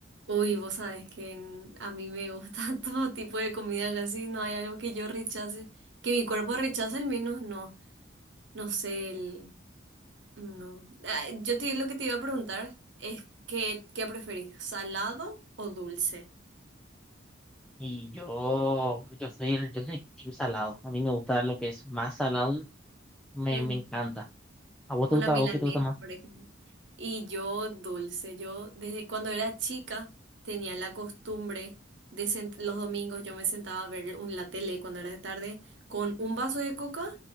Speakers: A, on the right; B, in the centre.
A: Uy, vos sabes que en- a mí me gusta <laughs> todo tipo de comida, casi no hay algo que yo rechace. Que mi cuerpo rechace, al menos no. No sé, el. No. Ah, yo te, lo que te iba a preguntar es: ¿qué, qué preferís? ¿Salado o dulce?
B: Y yo, yo soy el, yo soy team salado. A mí me gusta lo que es más salado, me,
A: Mm.
B: me encanta. ¿A vos
A: Una
B: te gusta,
A: milanesa,
B: a vos qué te gusta más?
A: por ejemplo. Y yo dulce, yo desde cuando era chica tenía la costumbre de sent- los domingos yo me sentaba a ver un, la tele cuando era de tarde con un vaso de coca